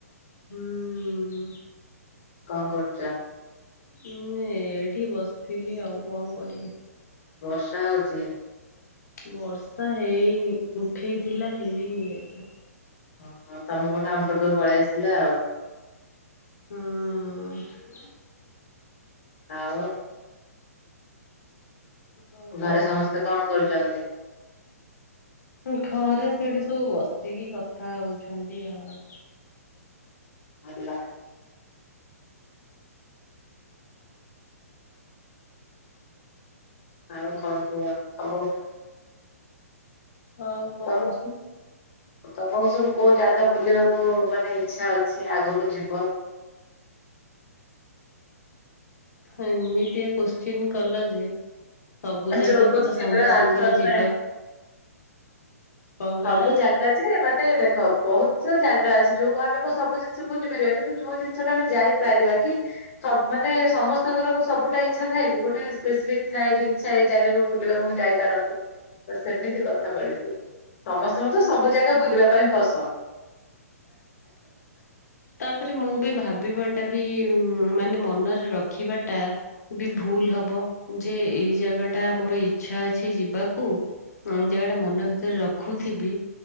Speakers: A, on the left; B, on the left.
A: ହୁଁ।
B: କଣ୍ କରୁଚ?
A: ଉଁ -ଏଇଠି ବସଥିଲି ଆଉ କଣ କରିବି।
B: ବର୍ଷା ହଉଚି?
A: ବର୍ଷା ହେଇନି ଉଠେଇଥିଲା ହେଇନି ଆଜି।
B: ଓ ହୋ ତମପଟୁ ଆମ ପଟୁକୁ ପଳେଇ ଆସିଲା ଆଉ।
A: ହଁ।
B: ଆଉ
A: ଆଉ କଣ
B: ଘରେ ସମସ୍ତେ କଣ କରୁଛନ୍ତି?
A: ଘରେ ସେଇଠି ସବୁ ବସିକି କଥା ହଉଛନ୍ତି ଆଉ।
B: ଭଲ। ଆଉ କଣ କୁହ <unintelligible>
A: ଆଉ କଣ
B: ତମ <unintelligible> ତମକୁ ସବୁ କଉ ଜାଗା ବୁଲିବାକୁ ମାନେ ଇଛା ଅଛି ଆଗକୁ ଯିବ?
A: ଏମିତିଆ କୋଶ୍ଚିନ୍ କଲ ଯେ ସବୁ ଜାଗାକୁ
B: ଯୋଉ କୋଶ୍ଚିନ୍
A: ତ ସମସ୍ତିଙ୍କର
B: ର ଆନ୍ସର
A: ଯିବା
B: ନାହିଁ।
A: କଣ
B: ସବୁ
A: କହିଲ?
B: ଜାଗା ଯେ ମାନେ ଦେଖ ବହୁତ ଜାଗା ଅଛି ଯୋଉ ଆମେ କଣ ସବୁ ଜିନିଷ ବୁଲି ପାରିବା କିନ୍ତୁ ଯୋଉ ଜିନିଷ ଟା ଆମେ ଯାଇପାରିବା କି ସ ମାନେ ସମସ୍ତଙ୍କର ସବୁଟା ଇଚ୍ଛା ଥାଏ କି ଗୋଟେ ସ୍ପେସିଫିକ୍ ଥାଏ ବି ଆଛା ଏଇ ଜାଗାକୁ ବୁଲିବାକୁ ମୁଁ ଯାଇପାରନ୍ତି ତ ସେମିତି କଥା ପଡିିଛି। ସମସ୍ତଙ୍କୁ ତ ସବୁ ଜାଗା ବୁଲିବା ପାଇଁ ପସନ୍ଦ।
A: ତାପରେ ମୁଁ ବି ଭାବିବାଟା ବି ମାନେ ମନରେ ରଖିବାଟା। ବି ଭୁଲ ହବ ଯେ ଏଇ ଜାଗା ଟା ମୋର ଇଛା ଅଛି ଯିବାକୁ। ହଁ ଜାଗା ଟା ମନ ଭିତରେ ରଖୁଥିବି